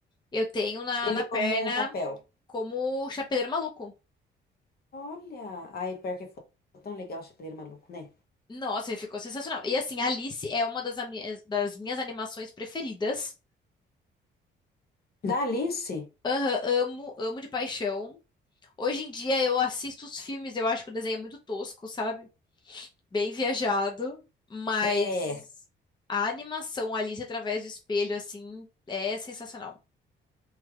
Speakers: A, on the left; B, on the left.
A: Eu tenho na,
B: Ele
A: na perna
B: como papel.
A: como o Chapeleiro Maluco.
B: Olha, ai, pior que foi tão legal o Chapeleiro Maluco, né?
A: Nossa, ele ficou sensacional. E assim, Alice é uma das, ami- das minhas animações preferidas.
B: Da Alice?
A: Aham, amo, amo de paixão. Hoje em dia eu assisto os filmes, eu acho que o desenho é muito tosco, sabe? bem viajado, mas
B: É.
A: a animação Alice através do espelho, assim, é sensacional.